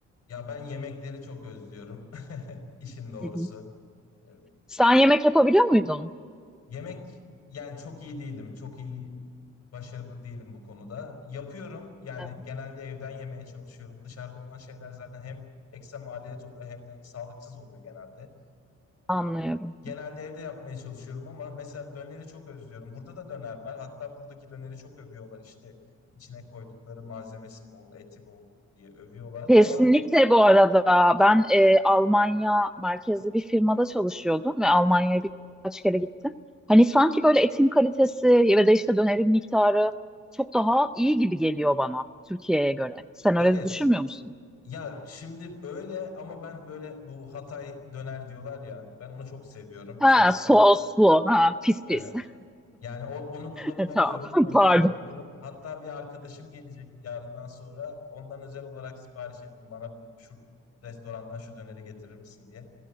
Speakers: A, on the left; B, in the centre.
A: Ya ben yemekleri çok özlüyorum. <laughs> İşin doğrusu.
B: Hı hı.
A: Ee,
B: Sen yemek yapabiliyor muydun?
A: Yemek yani çok iyi değilim. Çok iyi başarılı değilim bu konuda. Yapıyorum yani
B: Evet.
A: genelde evden yemeye çalışıyorum. Dışarıda olan şeyler zaten hem ekstra maliyet oluyor hem de sağlıksız oluyor genelde.
B: Anlıyorum.
A: Ee, genelde evde yapmaya çalışıyorum ama mesela döneri çok özlüyorum. Burada da döner var. Hatta buradaki döneri çok övüyorlar işte içine koydukları malzemesi bol, eti bol diye övüyorlar.
B: Kesinlikle
A: Ama
B: bu arada ben e, Almanya merkezli bir firmada çalışıyordum ve Almanya'ya birkaç kere gittim. Hani sanki böyle etin kalitesi ve de işte dönerin miktarı çok daha iyi gibi geliyor bana Türkiye'ye göre. Sen
A: evet
B: öyle düşünmüyor musun?
A: Ya şimdi öyle ama ben böyle bu Hatay döner diyorlar ya ben onu çok seviyorum soslu.
B: Ha soslu. Ha pis
A: Evet.
B: pis. <laughs>
A: Yani o, onu burada bulamıyorum.
B: E, Tamam.
A: Onu
B: <laughs> Pardon.
A: özlüyorum. Hatta bir arkadaşım gelecek yarından sonra. Ondan özel olarak sipariş ettim. Bana bir- şu restorandan şu döneri getirir misin diye.